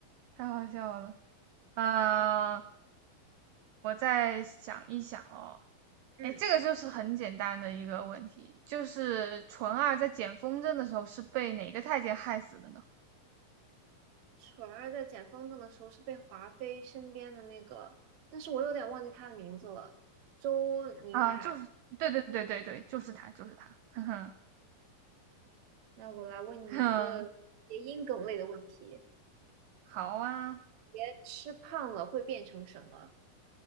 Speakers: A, on the right; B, on the right.
A: 太好笑了。呃，
B: 给你，
A: 我再想一想哦。
B: 嗯，
A: 哎，这个就是很简单的一个问题，就是纯二在捡风筝的时候是被哪个太监害死的呢？
B: 纯儿在捡风筝的时候是被华妃身边的那个，但是我有点忘记他的名字了，周宁海。
A: 啊、就是对对对对对，就是他，就是他。<laughs> 哼哼
B: 那我来问你一个谐音梗类的问题：
A: 哼，好啊。
B: 别吃胖了会变成什么？